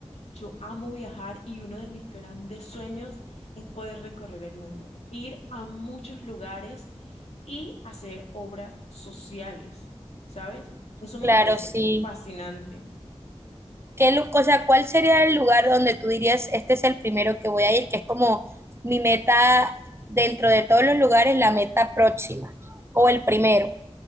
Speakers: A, on the left (about 70°); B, on the right (about 25°).
A: Yo amo viajar y uno de mis grandes sueños es poder recorrer el mundo, ir a muchos lugares y hacer obras sociales, ¿sabes? Eso
B: Claro,
A: me parece
B: sí.
A: fascinante.
B: qué, lu- o sea, cuál sería el lugar donde tú dirías, este es el primero que voy a ir, que es como mi meta dentro de todos los lugares, la meta próxima o el primero?